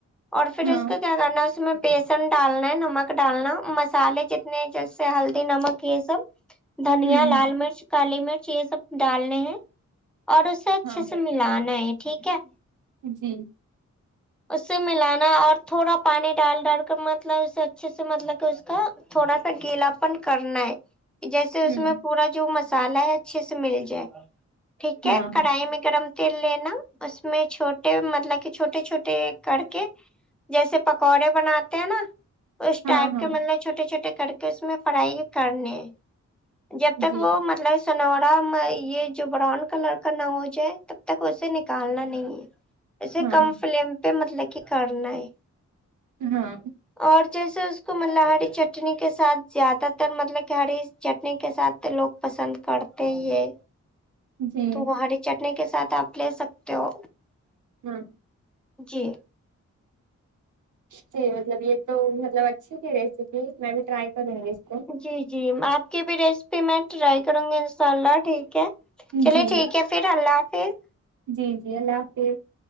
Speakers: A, in the centre; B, on the right (about 80°).
A: اور پھر
B: ہاں
A: اس کو کیا کرنا ہے اس میں بیسن ڈالنا ہے نمک ڈالنا مسالے جتنے جیسے ہلدی نمک یہ سب دھنیا
B: ہوں
A: لال
B: ہ
A: مرچ کالی مرچ یہ سب ڈالنے ہیں اور اسے اچھے
B: ہاں
A: سے ملانا ہے ٹھیک ہے
B: جی
A: اس سے ملانا اور تھوڑا پانی ڈال ڈال کر مطلب اسے اچھے سے مطلب کہ اس کا تھوڑا سا گیلا پن کرنا ہے جیسے
B: ہوں
A: اس میں پورا جو مسالہ ہے اچھے سے مل جائے ٹھیک
B: ہاں
A: ہے کڑھائی
B: ہاں
A: میں گرم تیل لینا اس میں چھوٹے مطلب کہ چھوٹے چھوٹے کر کے جیسے پکوڑے بناتے ہیں نا اس
B: ہاں
A: ٹائپ
B: ہاں
A: کے مطلب چھوٹے چھوٹے کر کے اس میں فرائی کرنے جب تک
B: جی
A: وہ مطلب سنورا یہ جو براؤن کلر کا نہ ہو جائے تب تک اسے نکالنا نہیں ہے اسے
B: ہاں
A: کم فلیم پہ مطلب کہ کرنا ہے
B: ہاں
A: اور جیسے اس کو مطب ہری چٹنی کے ساتھ زیادہ تر مطلب کہ ہری چٹنی کے ساتھ لوگ پسند کرتے ہی
B: جی
A: تو وہ ہری چٹنی کے ساتھ آپ لے سکتے ہو
B: ہاں
A: جی
B: جی مطلب یہ تو مطلب اچھی تھی ریسیپی میں بھی ٹرائی کروں گی اس کو
A: جی جی آپ کی بھی ریسیپی میں ٹرائی کروں گی انشاء اللہ ٹھیک ہے چلے
B: جی
A: ٹھیک ہے پھر اللہ حافظ
B: جی جی اللہ حافظ